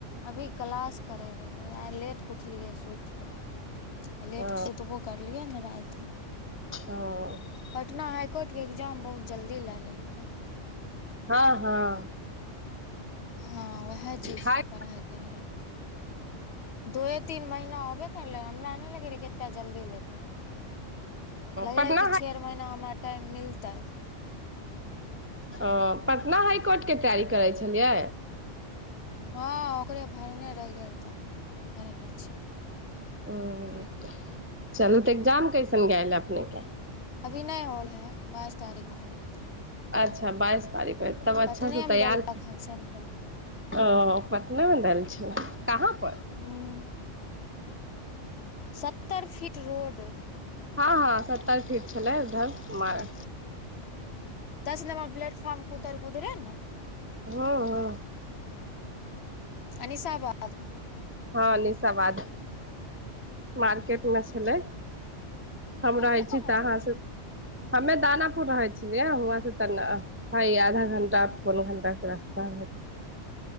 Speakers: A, on the left; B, on the right.
A: अभी क्लास करय रहियै आइ लेट क उठलियै सुइत कऽ आ लेट
B: ओ
A: क सुतबो करलियै ने राइत
B: हं
A: पटना हाइ कोर्ट के एग्जाम बहुत जल्दी लए लेलकय।
B: हँ- हँ-
A: हँ वएह चीज
B: हाइ
A: पढ़ाइ करैलय दूए तीन महीना होबे करलै हमरा नहि लगे रह कतेक जल्दी लेतै लगले
B: पटना
A: कि
B: हाइ
A: छेरमहीना हमरा टाइम मिलतै
B: ओ पटना हाइ कोर्टके तैयारी करै छलियै?
A: हँ ओकरे भरने रहियै त करै छीयै
B: ह चलू तऽ एग्जाम कैसन गेल अपने के?
A: अभी नहि होल है बाइस तारीख के होत।
B: अच्छा बाइस तारीख के तब अच्छा
A: पटने
B: स तैयार
A: मे देलक हन सेंटर
B: ओ पटना मे देल छै, कहाँ पर?
A: हूँ सत्तर फीट रोड
B: हां- हां सत्तर फीट छले उधर कुमार
A: दस नमर प्लेटफार्म कुतर कर उधरे न -
B: हां- हां-
A: अनिशावाद
B: हां अनिशाबाद मार्केट मे छलय, हम
A: अपने
B: रहय छी
A: कहाँ
B: त
A: रहै
B: अहाँ
A: छियै
B: सब हमे दानापुर रहे छलये हुआं से तना हा इ आधा घण्टा पौन घण्टा के रास्ता हेत।